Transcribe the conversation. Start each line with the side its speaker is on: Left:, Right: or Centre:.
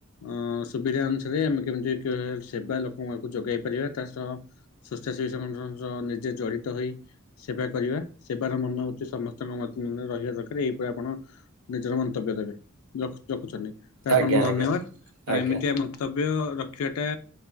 Left: ଅଁ ସୁବିଧା ଅନୁସାରେ ଆମେ କେମିତି କେ <inaudible> ସେବା ଲୋକ <inaudible> ଙ୍କୁ ଯୋଗାଇ ପାରିବା ତା ସହ ସ୍ୱେଚ୍ଛାସେବୀ ସଙ୍ଗଠନ ସହ ନିଜେ ଜଡ଼ିତ ହୋଇ ସେବା କରିବା, ସେବାର ମନୋବୃତ୍ତି ସମସ୍ତଙ୍କ ମଧ୍ୟରେ ରହିବା ଦରକାର ଏଇପରି ଆପଣ ନିଜର ମ ମନ୍ତବ୍ୟ ଦେବେ, ରଖୁ ରଖୁଛନ୍ତି ତ ଆପଣଙ୍କୁ
Right: ଆଜ୍ଞା
Left: ଧନ୍ୟବାଦ
Right: ଆଜ୍ଞା
Left: କାରଣ
Right: ଆଜ୍ଞା
Left: ଏମିତିଆ ମନ୍ତବ୍ ବ୍ୟ ରଖିବାଟା